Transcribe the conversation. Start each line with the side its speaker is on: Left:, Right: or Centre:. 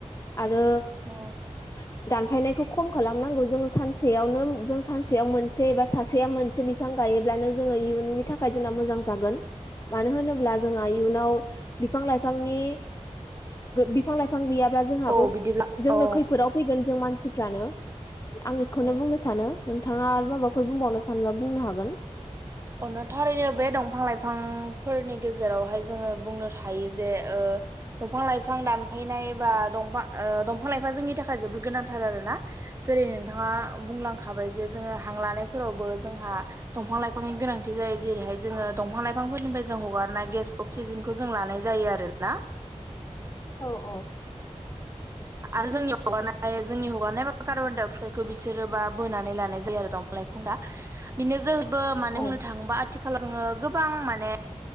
Left: आरो।
Right: ओम।
Left: <inaudible> दानफायनायखौ खम खालामनांगौ जों सानसेयावनो जों सानसेयाव मोनसे एबा सासेया मोनसे बिफां गायोब्लानो जोङो इयुननि थाखाय जोंना मोजां जागोन मानो होनोब ब्ला जोंहा इयुनाव बिफां लाइफांनि बिफां लाइफां गैयाब्ला जोंहाबो
Right: औ बिदिब्ला
Left: जोंनो
Right: औ
Left: खैफोदाव फैगोन जों मानसिफ्रानो आं बेखौनो
Right: औ
Left: बुंनो सानो नोंथाङा आरो माबाफोर
Right: औ
Left: बुंबावनो सानबा बुंनो हागोन।
Right: अनो थारैनो बे दंफां लाइफांफोरनि गेजेरावहाय जोङो बुंनो हायो जे ओ दंफां लाइफां दानफानाय बा दंफा- दंफां लाइफां जोंनि थाखाय जोबोद गोनांथार आरो ना। जेरै नोंथाङा बुंलांखाबाय जे जोङो हां लानायफोरावबो जोंहा दंफां लाइफां फांनि गोनांथि जायो जेरैहाय जोङो दंफां लाइफांफोरनिफ्राय जों हगारनाय गेस अक्सिजेनखौ जों लानाय जायो आरोना।
Left: औ औ।
Right: आरो जोंनि हगारनाय जोंनि हगारनाय ब कार्बनडाय अक्साइदखौ बिसोरोबा बोनानै लानाय जायो आरो दंफा लाय दा बिनो जोहै बो माने
Left: औ
Right: बुंनो थाङोबा आथिखालाव जोङो गोबां माने